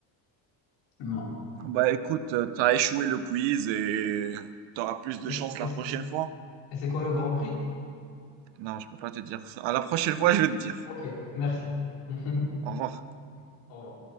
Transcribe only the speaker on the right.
Bah écoute, euh, t'as échoué le quiz et t'auras plus de
chance
la
prochaine fois.
Non, je peux pas te dire ça. À la prochaine
fois, je vais te dire.
Au revoir.